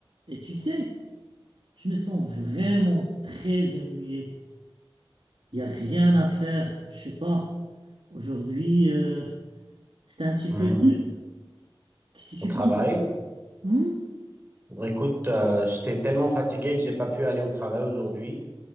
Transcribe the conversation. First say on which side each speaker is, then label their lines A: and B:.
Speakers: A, on the right; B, on the right.
A: Et tu sais, je me sens vraiment très ennuyé. Il n'y a rien à faire, je sais pas. Aujourd'hui, euh, c'était un petit
B: Mmh.
A: peu dur. Qu'est-ce que tu
B: Au travail.
A: penses? Hmm
B: Écoute, euh, j'étais tellement fatigué que j'ai pas pu aller au travail aujourd'hui.